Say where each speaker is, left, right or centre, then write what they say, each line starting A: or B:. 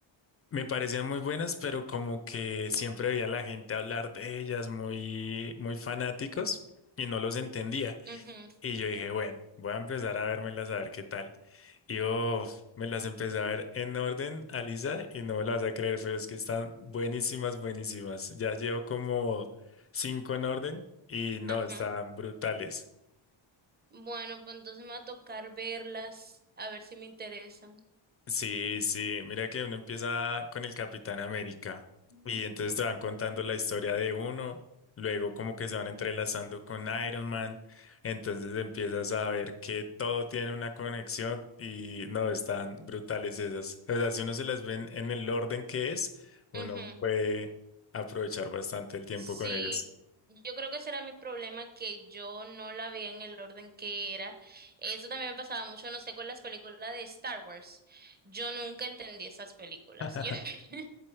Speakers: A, on the left; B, on the right.
A: Me parecían muy buenas, pero como que siempre veía a la gente hablar de ellas muy, muy fanáticos y no los entendía.
B: Ujú,
A: Y yo dije, bueno, voy a empezar a vérmelas a ver qué tal. Y oh, me las empecé a ver en orden, Alisa, y no me las vas a creer, pero es que están buenísimas, buenísimas. Ya llevo como cinco en orden y no,
B: Ajá.
A: están brutales.
B: Bueno, pues entonces me va a tocar verlas, a ver si me interesan.
A: Sí, sí, mira que uno empieza con el Capitán América
B: No,
A: y entonces
B: yo lo
A: te
B: voy
A: van
B: a
A: contando
B: comprar.
A: la historia de uno, luego como que se van entrelazando con Iron Man, entonces empiezas a ver que todo tiene una conexión y no, están brutales esas. O sea, si uno se las ven en el orden que es, uno
B: Ujú.
A: puede aprovechar bastante el tiempo
B: Sí,
A: con ellas.
B: yo creo que ese era mi problema, que yo no la veía en el orden que era. Eso también me pasaba mucho, no sé, con las películas de Star Wars. Yo nunca entendí esas películas.
A: <laughs>
B: Yo, <laughs>